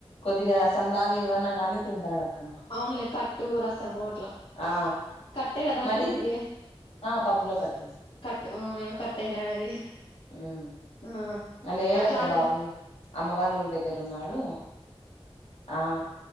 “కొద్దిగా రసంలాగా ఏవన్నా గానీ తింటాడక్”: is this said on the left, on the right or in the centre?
Left